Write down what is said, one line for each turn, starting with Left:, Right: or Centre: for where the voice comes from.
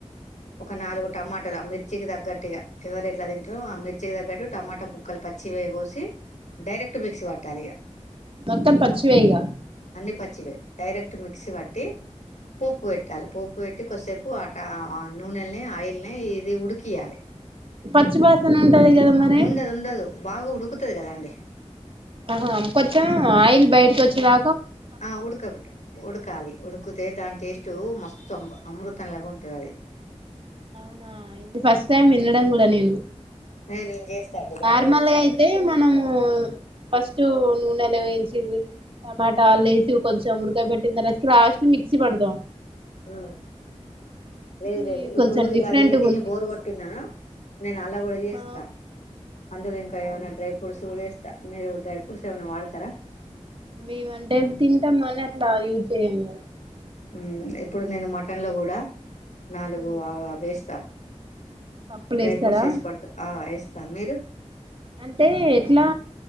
Left: ఒక నాలుగు టమాటాలు ఆ మిర్చికి తగ్గట్టుగా ఎట్లా తింటరు ఆ మిర్చి తగ్గట్టు టమాటా ముక్కలు పచ్చి వే కోసి డైరెక్ట్ మిక్స్ీ పట్టాలి ఇ
Right: మొత్తం పచ్చివే ఇగ
Left: అన్ని పచ్చి వే డైరెక్ట్ మిక్సీ పట్టి పోపు పెట్టాలి పోపు కొదిసేపు ఆట నూనెల్ని ఆయిల్ని ఇది ఉడికియాలి
Right: పచ్చివాసన ఉంటాది కద మరి
Left: ఉండదు ఉండదు బాగా ఉడుకుతది కదా అండి
Right: ఆహా కొంచెమైనా ఆయిల్ బయట గుచ్చలా
Left: ఆ ఉడ్కబట్టు ఉడుకాలి ఉుకుతే దాంట్ టేస్ట్ మస్తు అ అమృతంలాగా ఉంటుంది అది
Right: అవునా ఇది ఫస్ట్ టైమ్ వినడం కూడా నేను
Left: ఆ నేను చేస్తా అది బాగా
Right: నార్మల్గా
Left: చేస్తాను
Right: అయితే మనము ఫస్ట్ నూనెలో వేయించి టమాటా వాలు వేసి కొంచెం ఉడికాయ పెట్టిన తర్ రాస్ట్ మిక్సీ పడాం
Left: ఉ లేదు
Right: ఇది
Left: లేదు ఇప్పుడు
Right: కొంచెం
Left: ఇలా
Right: డిఫరెంట్గా
Left: తిని తిని
Right: ఉంది
Left: బోరు కొట్టిన్నాను నేను అలా కూడా చేస్తా
Right: ఆ
Left: అందులో ఇంకా ఏమైన్నా
Right: అవును
Left: డ్రై ఫ్రూట్స్ కూడాస్తా మీరు డ్రై ఫ్రూట్స్ ఏమైన్నా వాడతారా
Right: మేము అంటే తింటాం అని అట్లా యూజ్ చేయ్యము
Left: ఉ ఇప్పుడు నేను మట్ పట్టంలో కూడా నాలుగు
Right: ఉమ్,
Left: అవ ఆవేస్తా
Right: పప్పులు
Left: డ్రై
Right: వేస్తారా
Left: ఫ్రూట్స్ సేసి పడుత ఆ ఎ త మీరు
Right: అంటే ఎట్లా